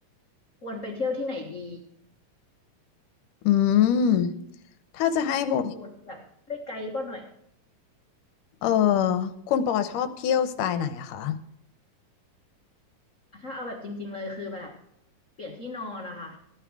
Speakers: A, on the left; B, on the left.
A: ควรไปเที่ยวที่ไหนดี
B: อืมถ้าจะให้โบ
A: ให้คุณโบแบบช่วยไกด์ปอหน่อย
B: เออคุณปอชอบเที่ยวสไตล์ไหนอะคะ
A: ถ้าเอาแบบจริงๆเลยคือแบบเปลี่ยนที่นอนนะคะ